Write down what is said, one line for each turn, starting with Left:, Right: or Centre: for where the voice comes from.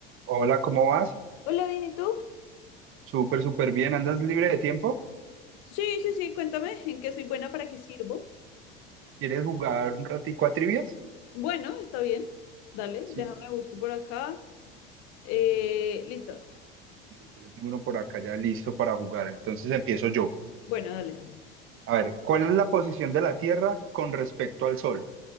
Right: Hola, ¿cómo vas?
Left: Hola, bien, ¿y tú?
Right: Súper, súper bien. ¿Andas libre de tiempo?
Left: Sí, sí, sí, cuéntame en qué soy buena, para qué sirvo.
Right: ¿Quieres jugar un ratico a trivias?
Left: Bueno, está bien. Dale,
Right: Sí.
Left: déjame busco por acá. Eh,
Right: Mm, sí.
Left: listo.
Right: Listo, yo tengo uno por acá ya listo para jugar. Entonces empiezo yo.
Left: Bueno, dale.
Right: A ver, ¿cuál es la posición de la Tierra con respecto al Sol?